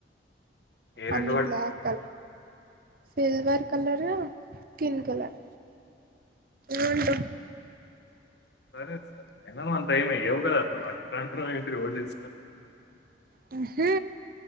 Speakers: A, on the left; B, on the right.
A: ఏ
B: అన్ని
A: రెండు పట్టుకుంటావు
B: బ్లాక్ కల్ silver colour skin colour gold
A: సరే సా ఎలానో అంత ఏం ఎయ్యవ్ కద నా ఇలా రోజు ఎస్
B: హ్మ్ హు